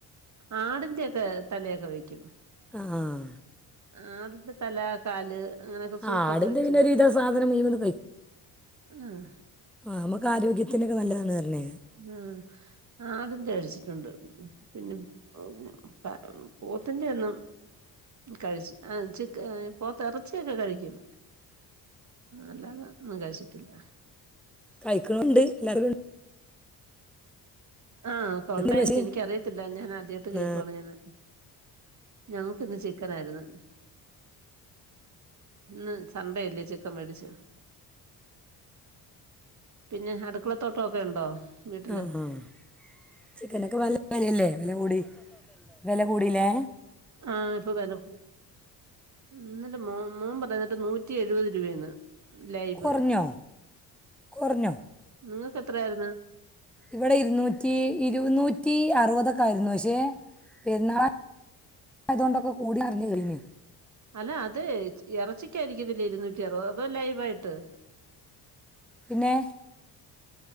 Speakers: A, on the right; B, in the centre.
A: ആടിന്റെ ഒക്കെ തലയൊക്കെ വെക്കും
B: ആഹ്
A: ആടിന്റെ തല കാല് അങ്ങനെയൊക്കെ സൂപ്പൊക്കെ
B: ആ, ആടിൻ്റെ
A: വെച്ച്
B: പിന്നെ ഒരുവിധ സാധനം മുഴുവൻ
A: ആഹ്
B: ആഹ് നമുക്ക് ആരോഗ്യത്തിനൊക്കെ നല്ലതാണ് അല്ലെ
A: ഉം ആടിന്റെ കഴിച്ചിട്ടുണ്ട് പിന്നെ <unintelligible> പോത്തിന്റെ ഒന്നും കഴിച്ചു ആ ചിക്ക പോത്തെറച്ചിയൊക്കെ കഴിക്കും അല്ലാതെ ഒന്നും കഴിച്ചിട്ടില്ല
B: കഴിക്കണമുണ്ട് എല്ലാവരും
A: ആഹ് കൊണ്ടായിരിക്കും
B: പശി
A: എനിക്കറിയത്തില്ല ഞാൻ ആദ്യായിട്ട് കേൾക്കുവാണ്
B: ആ
A: ഇന്ന് ഞങ്ങക്ക് ഇന്ന് ചിക്കൻ ആയിരുന്നു ഇന്ന് സൺ‌ഡെ അല്ലേ ച് ക്കൻ മേടിച്ചു പിന്നെ അടുക്കളത്തോട്ടമൊക്കെ ഉണ്ടോ വീട്ടില്
B: ആഹ് ആഹ് ചിക്കനൊക്കെ ഇപ്പൊ നല്ല വെലല്ലേ വില കൂടി വില കൂടില്ലേ
A: ആഹ് ഇപ്പൊ വെല കൂ ഇന്നലെ മോൻ പറയുന്നേട്ട് നൂറ്റി എഴുപത് രൂപയെന്ന് ലൈവ്
B: കുറഞ്ഞോ കുറഞ്ഞോ
A: നിങ്ങക്ക് എത്രായിരുന്നു
B: ഇവിടെ ഇരുന്നൂറ്റി ഇരു നൂറ്റി അറുപതൊക്കെ ആയിരുന്നു പക്ഷേ പെരുന്നാളാ ആയതൊണ്ടൊക്കെ കൂടി അറിഞ്ഞ് കേട്ടീർന്നു
A: അല്ല അത് ഇറച്ചിക്കായിയിരിക്കത്തില്ല ഇരുന്നൂറ്റി അറുപത് അതും ലൈവായിട്ട്
B: പിന്നെ